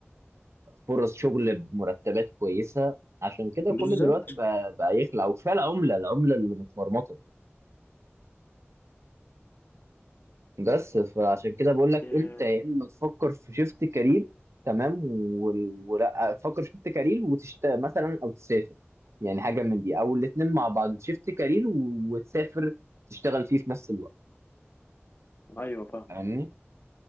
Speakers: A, on the right; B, on the left.
A: فرص شغل بمرتبات كويسه عشان كده كل
B: بالظبط
A: دلوقتي بقى بقى يخلع وكفايه العمله العمله اللي متمرمطه بس فعشان كده بقول لك
B: آه،
A: انت يا اما تفكر في شيفت كارير تمام وال- ولا تفكر شيفت كارير وتشت مثلا او تسافر يعني حاجه من دي او الاثنين مع بعض شيفت كارير و- وتسافر تشتغل فيه في نفس الوقت
B: ايوه فاهمك
A: فاهمني